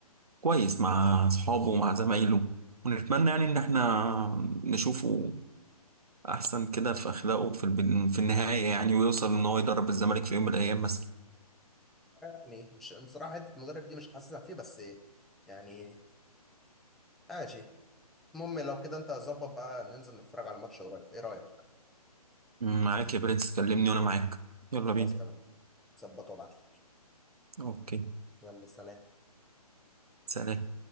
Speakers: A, on the right (about 70°); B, in the centre.
A: كويس مع أصحابه ومع زمايله ونتمنى يعني إن احنا نشوفه احسن كده في اخلاقه في الب- في النهايه يعني ويوصل ان هو يدرب الزمالك في يوم من الايام مثلا
B: يعني مش بصراحة حتة المدرب دي مش حاسسها فيه بس يعني ماشي المهم لو كده أنت ظبط بقى ننزل نتفرج على ماتش قريب إيه رأيك؟
A: معاك يا برنس كلمني وانا معاك يلا
B: خلاص
A: بينا
B: تمام ظبط وابعتلي
A: اوكي
B: يلا سلام
A: سلام